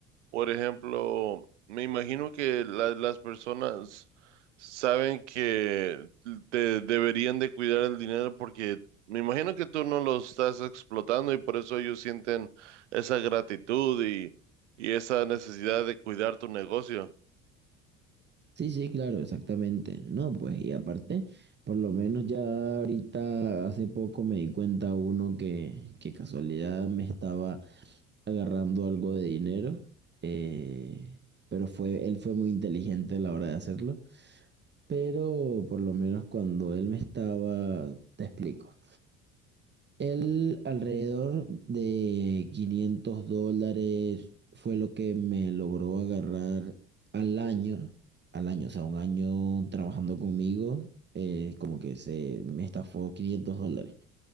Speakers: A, on the right; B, on the right.
A: por ejemplo, me imagino que la- las personas saben que te deberían de cuidar el dinero porque me imagino que tú no lo estás explotando y por eso ellos sienten esa gratitud y, y esa necesidad de cuidar tu negocio.
B: Sí, sí, claro, exactamente. No, pues, y aparte, por lo menos ya ahorita hace poco me di cuenta uno que, que casualidad me estaba agarrando algo de dinero, eh, pero fue, él fue muy inteligente a la hora de hacerlo. pero por lo menos cuando él me estaba, te explico. Él alrededor de 500 dólares fue lo que me logró agarrar al año, al año, o sea, un año trabajando conmigo, eh, como que se me estafó 500 dólares.